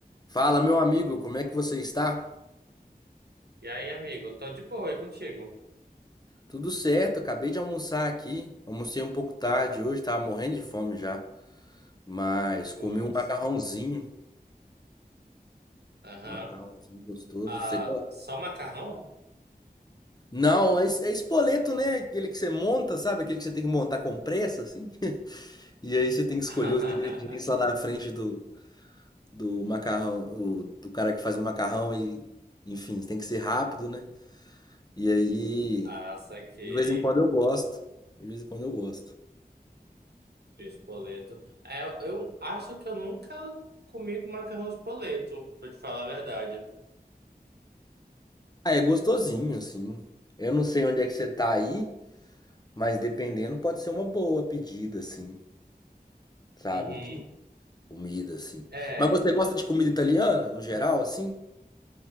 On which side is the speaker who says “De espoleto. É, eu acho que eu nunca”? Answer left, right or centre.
Right